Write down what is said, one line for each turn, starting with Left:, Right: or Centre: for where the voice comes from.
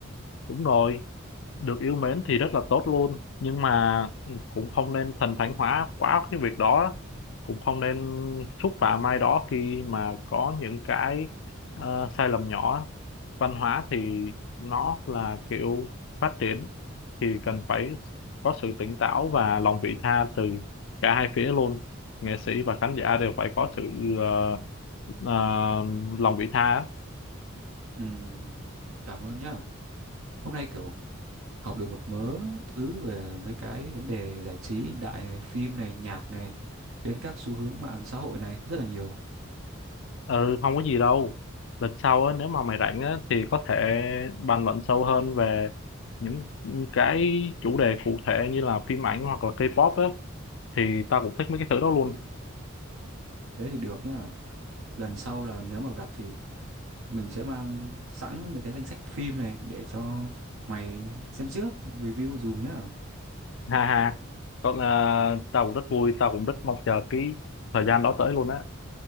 Left: Đúng rồi, được yêu mến thì rất là tốt luôn, nhưng mà cũng không nên thần thánh hóa quá cái việc đó, cũng không nên xúc phạm ai đó khi mà có những cái ờ, sai lầm nhỏ. Văn hóa thì nó là kiểu phát triển thì cần phải có sự tỉnh táo và lòng vị tha từ cả hai phía luôn. Nghệ sĩ và khán giả đều phải có sự ờ, ờ, lòng vị tha á.
Right: Ừm, cảm ơn nhá. Hôm nay kiểu học được một mớ thứ về mấy cái vấn đề giải trí hiện đại này, phim này, nhạc này. đến các xu hướng mạng xã hội này rất là nhiều.
Left: ừ không có gì đâu lần sau á nếu mà mày rảnh á thì có thể bàn luận sâu hơn về những cái chủ đề cụ thể như là phim ảnh hoặc là K-pop á thì tao cũng thích mấy cái thứ đó luôn
Right: Thế thì được nhá. Lần sau là nếu mà gặp thì mình sẽ mang sẵn mấy cái danh sách phim này để cho mày xem trước, review dùm nhá.
Left: ha ha còn à, tao cũng rất vui tao cũng rất mong chờ cái thời gian đó tới luôn á